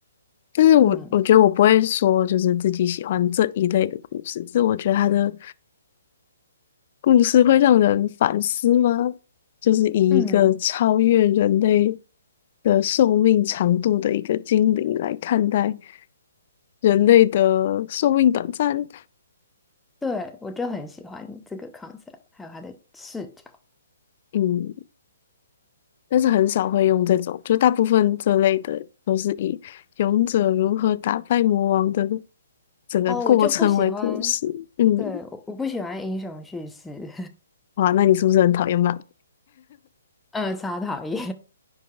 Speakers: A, on the left; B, in the centre.
A: 但是我我觉得我不会说就是自己喜欢这一类的故事，
B: 嗯
A: 只是我觉得他的故事会让人反思吗？就是以一个超越人类
B: 嗯，
A: 的寿命长度的一个精灵来看待人类的寿命短暂，
B: 对，我就很喜欢这个 concept，还有它的视角。
A: 嗯，但是很少会用这种，就大部分这类的都是以勇者如何打败魔王的整个过程为故事，
B: 哦，我就不喜欢，
A: 嗯，
B: 对，我我不喜欢英雄叙事，
A: 哇，那你是不是很讨厌漫画？
B: <laughs> 嗯，超讨厌，